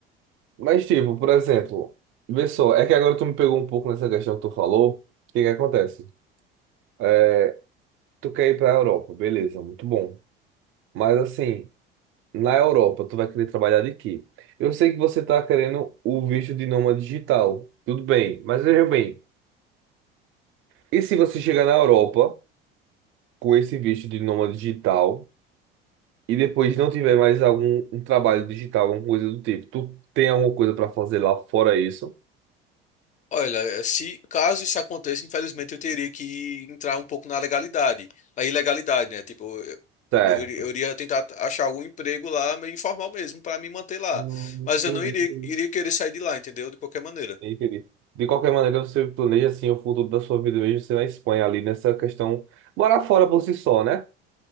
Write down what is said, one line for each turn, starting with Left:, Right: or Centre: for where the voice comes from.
Right: Mas, tipo, por exemplo, vê só, é que agora tu me pegou um pouco nessa questão que tu falou. O que que acontece? É, Tu quer ir para a Europa, beleza, muito bom. Mas assim, na Europa, tu vai querer trabalhar de quê? Eu sei que você tá querendo o visto de nômade digital, tudo bem, mas veja bem, e se você chegar na Europa com esse visto de nômade digital? e depois não tiver mais algum um trabalho digital, alguma coisa do tipo, tu tem alguma coisa para fazer lá fora isso?
Left: Olha, eh, se caso isso aconteça, infelizmente eu teria que entrar um pouco na legalidade, na ilegalidade, né? Tipo, eu,
Right: Certo.
Left: eu iria eu iria tentar achar algum emprego lá, meio informal mesmo, para me manter lá.
Right: Hum,
Left: Mas
Right: entendi,
Left: eu não iria,
Right: entendi.
Left: iria querer sair de lá, entendeu? De qualquer maneira.
Right: Entendi. De qualquer maneira, você planeja assim o futuro da sua vida mesmo, você na Espanha ali nessa questão, morar fora por si só, né?